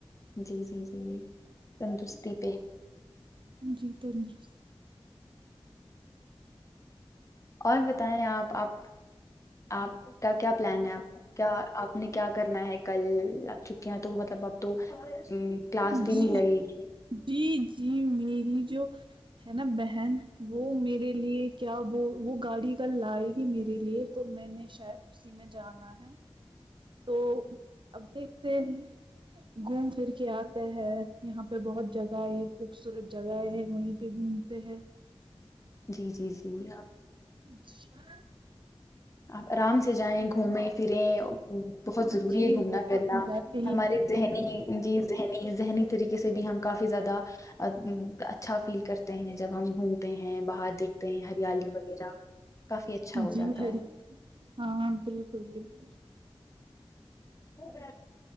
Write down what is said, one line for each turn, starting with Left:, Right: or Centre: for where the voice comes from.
Left: جی جی جی جی تندرستی پہ
Right: جی تندرست
Left: اور بتائیں آپ آپ آپ کا کیا پلان ہےپ کیا آپ نے کیا کرنا ہے کل آب چکے ہیں تو مطلب اب تو ہ کلاس بھی
Right: جی
Left: نہیں لگے گی
Right: جی جی میری جو ہے نا بہن وہ میرے لیے کیا وہ وہ گاڑی کل لائے گی میرے لیے تو میں نے شاید اسی میں جانا ہے تو اب دیکھتے ہیں گھوم پھر کے کیا آتے ہے یہاں پہ بہت جگہ ہے خوبصورت جگہ ہے وہیں پہ گھومتے ہیں
Left: جی جی جی
Right: جی
Left: آپ آرام سے جائیں گھومیں فھریں بہت ضروری
Right: جی
Left: ہے گھومنا
Right: وہ
Left: پھرنا
Right: تو ہم جاتے ہی
Left: ہماری ذہنی جی ذہنی ذہنی طریقے سے بھی ہم کافی زیادہ اچھا فیل کرتے ہیں جب ہم گھومتے ہیں باہر دیکھتے ہیں ہریالی وغیرہ کافی اچھا ہو
Right: جی
Left: جاتا
Right: ہری
Left: ہے
Right: ہاں بالکل بالکل
Left: خ بڈ